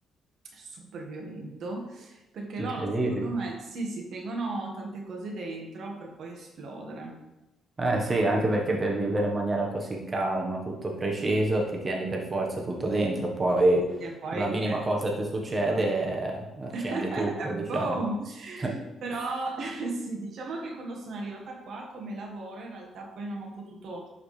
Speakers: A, on the right; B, on the right.
A: super violento, perché
B: Incredibile.
A: loro secondo me sì, si tengono tante cose dentro per poi esplodere.
B: Eh sì, anche perché per vivere in maniera così calma, tutto preciso, ti tieni per forza tutto dentro, poi
A: Sì, sì, E poi...
B: la
A: eh,
B: minima cosa che ti succede
A: esatto.
B: eh,
A: <laughs>
B: accende tutto, diciamo.
A: Boom!
B: <laughs>
A: Però sì, diciamo che quando sono arrivata qua come lavoro, in realtà poi non ho potuto